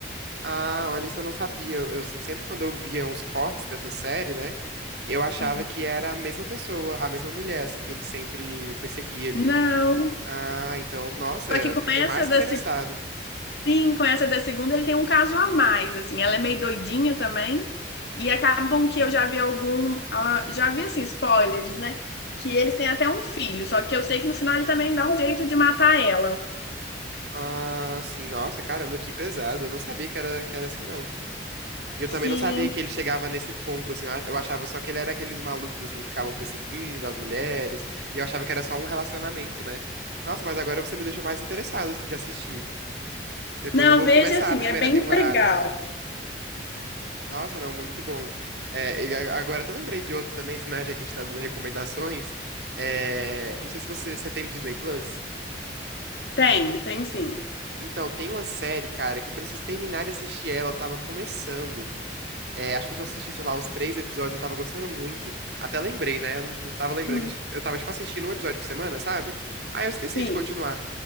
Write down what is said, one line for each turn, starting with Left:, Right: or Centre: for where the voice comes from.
Right: Ah, olha, isso eu não sabia. Eu, eu, assim, sempre quando eu via uns cortes dessa série, né? Eu achava
Left: Hum.
Right: que era a mesma pessoa, a mesma mulher, assim, que ele sempre perseguia ali.
Left: Não,
Right: Ah, então, nossa,
Left: só
Right: eu
Left: que com
Right: fiquei
Left: essa
Right: mais
Left: da
Right: interessado.
Left: Sim, com essa da segunda ele tem um caso a mais, assim, ela é meio doidinha também, e acabam que eu já vi algum, ah, já vi, assim, spoilers, né, que eles têm até um filho, só que eu sei que no final ele também dá um jeito de matar ela.
Right: Ah, sim, nossa, caramba, que pesado. Eu não sabia que era, que era assim, não. E eu
Left: Sim.
Right: também não sabia que ele chegava nesse ponto, assim. Eu a- eu achava só que ele era aqueles malucos, assim, que ficavam perseguindo as mulheres. E eu achava que era só um relacionamento, né? Nossa, mas agora você me deixou mais interessado, assim, de assistir. Depois
Left: Não,
Right: eu vou
Left: veja
Right: começar
Left: assim,
Right: a primeira
Left: é bem
Right: temporada.
Left: legal.
Right: Nossa, não, muito bom. É, e a- agora eu até lembrei de outra também, assim, né? Já que a gente tá dando recomendações. É, não sei se você, você tem Disney Plus.
Left: Tenho, tenho sim.
Right: Então, tem uma série, cara, que eu preciso terminar de assistir ela, eu tava começando. É, acho que eu só assisti, sei lá, uns três episódios, eu tava gostando muito. Até lembrei, né? Eu não não tava lembrando
Left: Hum,
Right: que eu, t- eu tava, tipo, assistindo um episódio por semana, sabe? Aí eu esqueci
Left: sim.
Right: de continuar.